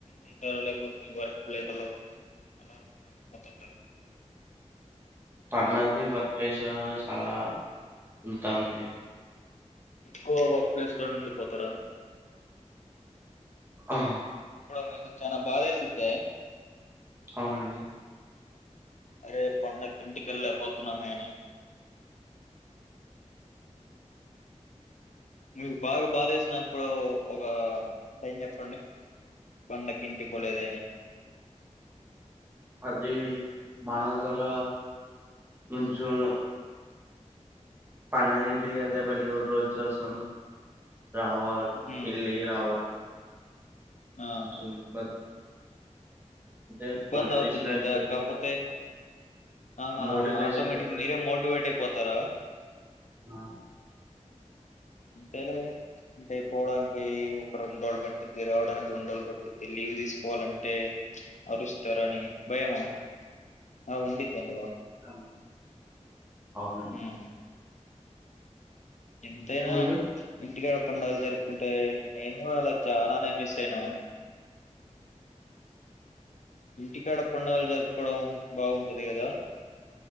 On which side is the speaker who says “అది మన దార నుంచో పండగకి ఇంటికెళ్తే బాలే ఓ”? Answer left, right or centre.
Right